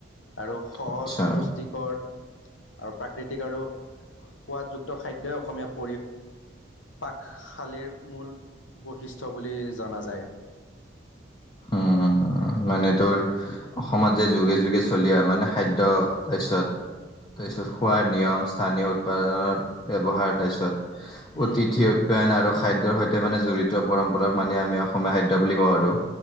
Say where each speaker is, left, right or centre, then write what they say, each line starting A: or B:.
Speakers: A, on the left (about 80°); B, on the left (about 25°).
A: আৰু সহজ
B: আচ্ছা
A: পুষ্টিকৰ আৰু প্ৰাকৃতিক আৰু সোৱাদযুক্ত খাদ্যই অসমীয়া পৰি পাকশালীৰ মূল বৈশিষ্ট্য বুলি জনা যায়
B: উম মানে তোৰ অসমত যে যুগে যুগে চলি অ মানে খাদ্য তাৰপিছত তাৰপিছত খোৱাৰ নিয়ম স্থানীয় উৎপাদনৰ ব্যৱহাৰ তাৰপিছত
A: উম
B: অতিথি উতপায়ন আৰু খাদ্যৰ সৈতে মানে জড়িত পৰম্পৰাক মানে আমি অসমীয়া খাদ্য বুলি কওঁ আৰু